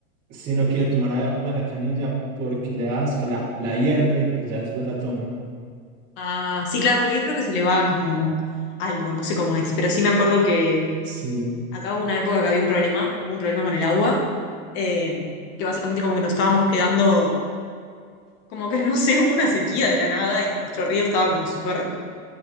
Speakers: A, on the right; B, on the left.
A: si no quiere tomar agua de la canilla porque le da asco, la, la hierve y ya después la toma.
B: Ah, sí, claro, porque ahí creo que se le va como algo, no sé cómo es, pero sí me acuerdo que
A: Sí.
B: Acá hubo una época que había un problema, hubo un problema con el agua, eh, que básicamente como que nos estábamos quedando, como que no sé, hubo una sequía de la nada y nuestro río estaba como súper